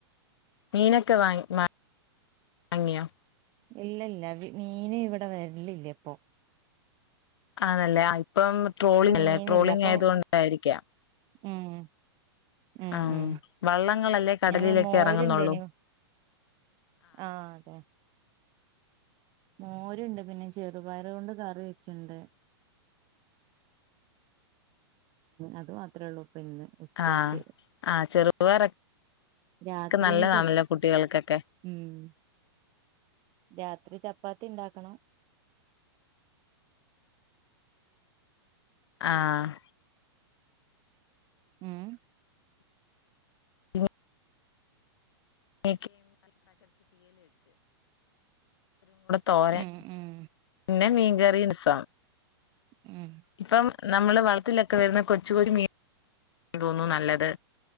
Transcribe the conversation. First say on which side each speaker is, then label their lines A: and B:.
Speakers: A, on the left; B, on the right.
A: മീനൊക്കെ വാങ്ങി വാ വാങ്ങിയൊ
B: ഇല്ല ഇല്ല മീന് ഇവടെ വരലില്ല ഇപ്പൊ
A: ആണല്ലേ ഇപ്പം ട്രോളിങ്ങല്ലേ
B: ഇന്ന് മീനില്ല
A: ട്രോളിങ്ങായത്
B: അപ്പൊ
A: കൊണ്ടായിരിക്കാം
B: ഉം ഉം
A: ആഹ്
B: ഉം
A: വള്ളങ്ങളല്ലേ കടലിലെക്ക്
B: ഞാന് മോരുണ്ടേനു
A: ഏറങ്ങുന്നൊള്ളൂ
B: ആഹ് അതെ മോര്ണ്ട് പിന്നെ ചെറുപയറ് കൊണ്ട് കറി വെച്ചിണ്ട് അത് മാത്രേ ഒള്ളൂ ഇപ്പ ഇന്ന് ഉച്ചക്ക്
A: ആഹ് ആഹ് ചെറുപയറൊക്കെ
B: രാത്രി
A: നല്ലതാണല്ലോ
B: ഇനി ച
A: കുട്ടികൾക്കൊക്കെ
B: ഉം രാത്രി ചപ്പാത്തി ഇണ്ടാക്കണം
A: ആഹ്
B: ഉം
A: <inaudible> <unintelligible> <unintelligible> തോരൻ
B: ഉം ഉം
A: പിന്നെ മീൻകറിയന്സ
B: ഉം
A: ഇപ്പം നമ്മള് വള്ത്തിലൊക്കെ വരുന്ന കൊച്ചൊ കൊച്ചു മീ തോന്നുന്നു നല്ലത്